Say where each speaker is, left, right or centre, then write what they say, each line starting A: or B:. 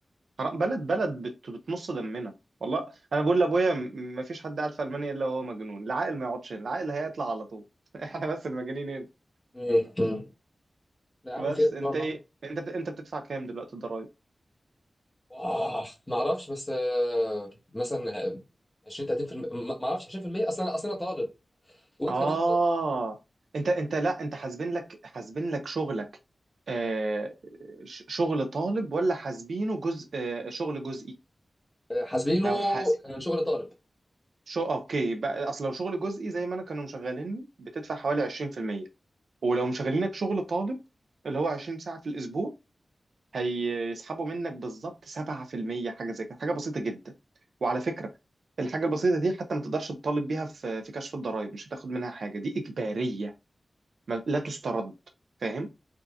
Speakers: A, on the right; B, on the left.
A: حرام بلد بلد بت... بتمص دمنا والله انا بقول لابويا م- ما فيش حد قاعد في المانيا الا وهو مجنون العاقل ما يقعدش هنا العاقل هيطلع على طول <laughs> احنا بس المجانين هنا
B: مم. مم. لا يا عم
A: بس
B: خير ان
A: انت
B: شاء الله
A: ايه انت بت... انت بتدفع كام دلوقتي ضرايب
B: آه، ما اعرفش بس آه، مثلا آه، 20 30% ما ما اعرفش 20% اصلا انا اصلا انا طالب وانت
A: اه
B: كمان ط-
A: انت انت لا انت حاسبين لك حاسبين لك شغلك آه ش- شغل طالب ولا حاسبينه جزء آه شغل جزئي
B: آه، حاسبينه
A: لو حاسب
B: آه، شغل طالب
A: شو اوكي بقى اصل لو شغل جزئي زي ما انا كانوا مشغليني بتدفع حوالي 20% ولو مشغلينك شغل طالب اللي هو 20 ساعة في الاسبوع هيسحبوا منك بالظبط 7% حاجة زي كده حاجة بسيطة جدا وعلى فكرة الحاجة البسيطة دي حتى ما تقدرش تطالب بيها في في كشف الضرائب مش هتاخد منها حاجة دي إجبارية ما- لا تسترد فاهم